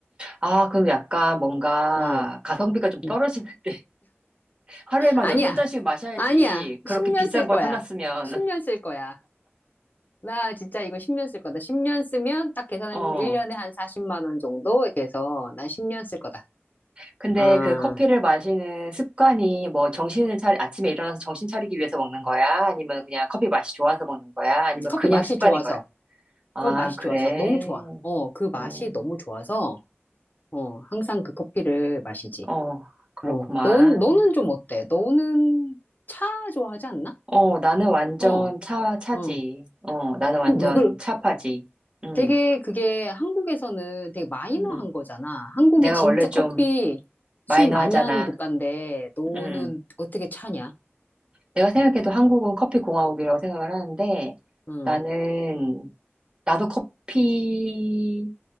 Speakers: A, on the right (about 25°); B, on the left (about 40°).
A: 아, 그럼 약간 뭔가
B: 어.
A: 가성비가 좀 떨어지는데
B: 음.
A: <laughs> 하루에 막
B: 아니야.
A: 여섯 잔씩 마셔야지
B: 아니야.
A: 그렇게
B: 10년
A: 비싼
B: 쓸 거야.
A: 걸 사놨으면.
B: 10년 쓸 거야. 나 진짜 이거 10년 쓸 거다. 10년 쓰면 딱 계산해보면
A: 어,
B: 1년에 한 40만 원 정도 이렇게 해서 난 10년 쓸 거다.
A: 근데
B: 아,
A: 그 커피를 마시는 습관이 뭐 정신을 차리, 아침에 일어나서 정신 차리기 위해서 먹는 거야? 아니면 그냥 커피 맛이 좋아서 먹는 거야? 아니면
B: 커피
A: 그냥
B: 맛이
A: 습관인
B: 좋아서.
A: 거야? 아,
B: 커피 맛이
A: 그래.
B: 좋아서. 너무 좋아. 어, 그 맛이
A: 어,
B: 너무 좋아서 어, 항상 그 커피를 마시지.
A: 어, 그렇구만.
B: 어, 넌, 너는 좀 어때? 너는 차 좋아하지 않나?
A: 어, 나는 완전
B: 어,
A: 차, 차지.
B: 어.
A: 어, 나는 완전
B: 어, 왜 그래?
A: 차파지. 응,
B: 되게 그게 한국에서는 되게 마이너한
A: 응.
B: 거잖아. 한국이
A: 내가
B: 진짜
A: 원래 좀
B: 커피 수입
A: 마이너하잖아.
B: 많이 하는 국가인데, 너는
A: 응.
B: 어떻게 차냐?
A: 내가 생각해도 한국은 커피 공화국이라고 생각을 하는데,
B: 응,
A: 나는, 나도 커피,